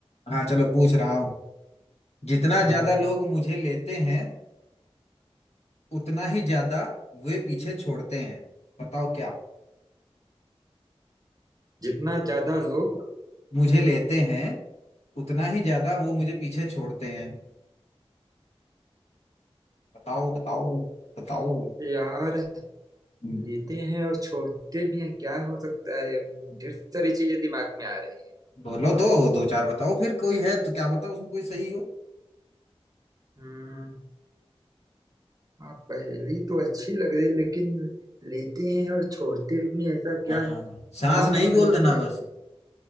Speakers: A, on the left; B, on the right.
A: हाँ चलो पूछ रहा हूँ जितना
B: हम्म
A: ज्यादा
B: हम्म।
A: लोग मुझे लेते हैं उतना ही ज्यादा वे पीछे छोड़ते हैं बताओ क्या
B: जितना ज्यादा लोग
A: मुझे लेते हैं उतना ही ज्यादा वो मुझे पीछे छोड़ते हैं बताओ बताओ बताओ
B: यार
A: हम्म।
B: लेते हैं और छोड़ते भी हैं क्या हो सकता है ये ढेर सारी चीजें दिमाग में आ रही हैं
A: बोलो तो दो चार बताओ फिर कोई है तो क्या बताओ उसमें कोई सही हो
B: हम्म हाँ पहेली तो अच्छी लग रही है लेकिन लेते हैं और छोड़ते भी हैं, ऐसा क्या
A: हाँ
B: है
A: सांस
B: नाम
A: नहीं
B: तो
A: बोल
B: नहीं
A: देना
B: है
A: बस